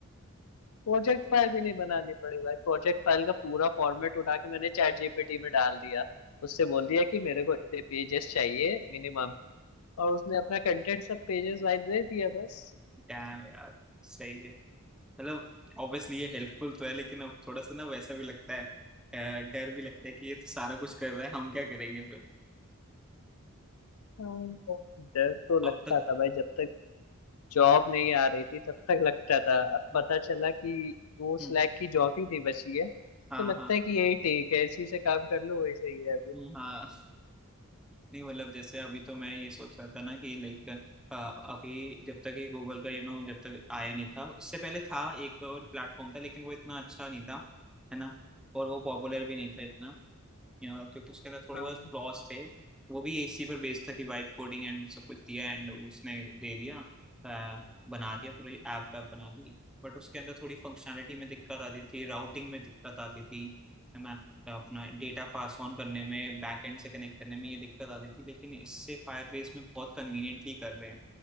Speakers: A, on the left (about 75°); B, in the centre.
A: प्रोजेक्ट फाइल भी नहीं बनानी पड़ी भाई प्रोजेक्ट फाइल का पूरा फॉर्मेट उठा के मैंने चैट जीपीटी में डाल दिया उससे बोल दिया कि मेरे को इतने पेजेस चाहिए मिनिमम और उसने अपना कंटेंट सब पेजेस वाइज दे दिया बस
B: डैम यार सही है मतलब ऑब्वियसली ये हेल्पफुल तो है लेकिन अब थोड़ा सा ना वैसा भी लगता है अ, डर भी लगता है कि ये तो सारा कुछ कर रहा है हम क्या करेंगे फिर
A: हाँ, डर तो
B: अब
A: लगता
B: तक
A: था भाई जब तक जॉब नहीं आ रही थी तब तक लगता था
B: हम्म,
A: अब पता चला कि वो स्लैक
B: हम्म,
A: की जॉब ही नहीं बची है तो
B: हाँ
A: लगता
B: हाँ
A: है कि यही ठीक है इसी से काम कर लो वही सही है अभी
B: हम्म, हाँ नहीं मतलब जैसे अभी तो मैं ये सोच रहा था ना कि लाइक अभी जब तक ये गूगल का यू नो जब तक आया नहीं था उससे पहले था एक और प्लेटफॉर्म था लेकिन वो इतना अच्छा नहीं था है ना और वो पॉपुलर भी नहीं था इतना या क्योंकि उसके अंदर थोड़े
A: हाँ
B: बहुत फ्लॉज थे वो भी इसी पर बेस्ड था कि वाइब कोडिंग एंड सब कुछ दिया एंड उसने दे दिया अ, बना दिया पूरी ऐप वैप बना दी बट उसके अंदर थोड़ी फंक्शनैलिटी में दिक्कत आती थी राउटिंग में दिक्कत आती थी है ना अपना डेटा पास ऑन करने में बैकएंड से कनेक्ट करने में ये दिक्कत आती थी लेकिन इससे फायरबेस में बहुत कन्वीनियंटली कर रहे हैं